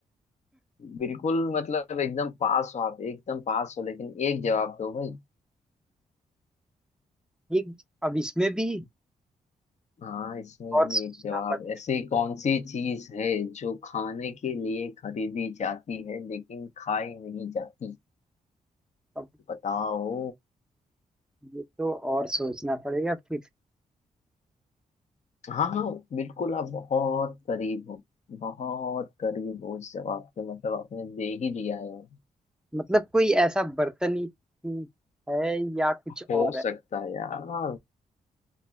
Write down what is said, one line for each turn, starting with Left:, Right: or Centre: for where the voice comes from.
Left: बिल्कुल मतलब एकदम पास हो आप एकदम पास हो लेकिन एक जवाब दो भाई
Centre: ये अब इसमें भी
Left: हाँ इसमें
Centre: और
Left: भी
Centre: सोचना
Left: एक जवाब
Centre: पड़ेगा
Left: ऐसी कौन सी चीज है जो खाने के लिए खरीदी जाती है लेकिन खाई नहीं जाती
Centre: अब
Left: बताओ
Centre: ये तो और सोचना पड़ेगा फिर
Left: हाँ हाँ बिल्कुल आप बहुत करीब हो बहुत करीब हो उस जवाब के मतलब आपने दे ही दिया है
Centre: मतलब कोई ऐसा बर्तन ही ही है या कुछ
Left: हो
Centre: और है
Left: सकता है यार